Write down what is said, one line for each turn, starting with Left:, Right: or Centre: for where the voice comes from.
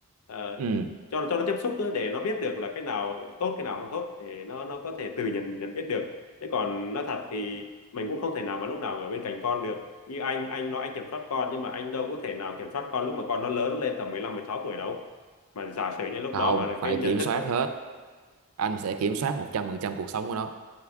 Left: Ờ,
Right: ừ
Left: cho cho nó tiếp xúc để nó biết được là cái nào tốt cái nào không tốt để nó nó có thể tự nhận nhận biết được thế còn nói thật thì mình cũng không thể nào mà lúc nào ở bên cạnh con được như anh anh nói anh kiểm soát con nhưng mà anh đâu có thể nào kiểm soát con lúc mà con nó lớn lên tầm mười lăm mười sáu tuổi đâu mà giả sử như lúc
Right: không
Left: đó mà
Right: phải
Left: cái nhận
Right: kiểm
Left: thức
Right: soát
Left: mà
Right: hết anh sẽ kiểm soát một trăm phần trăm cuộc sống của nó